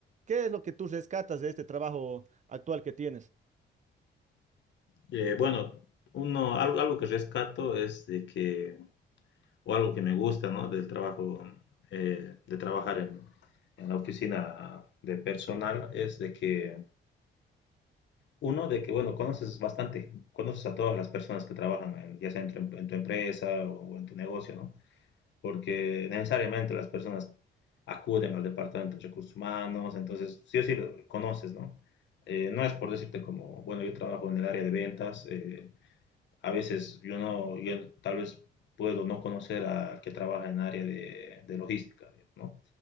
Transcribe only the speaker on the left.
Eh, bueno, uno, algo, algo que rescato es de que, o algo que me gusta, ¿no? Del trabajo, eh, de trabajar en, en la oficina de personal, es de que Uno, de que, bueno, conoces bastante, conoces a todas las personas que trabajan, en- ya sea en tu, em- en tu empresa o, o en tu negocio, ¿no? Porque necesariamente las personas acuden al departamento de recursos humanos, entonces sí o sí lo conoces, ¿no? Eh, no es por decirte como, bueno, yo trabajo en el área de ventas, eh, a veces yo no, yo tal vez puedo no conocer al que trabaja en área de, de logística, digamos, ¿no?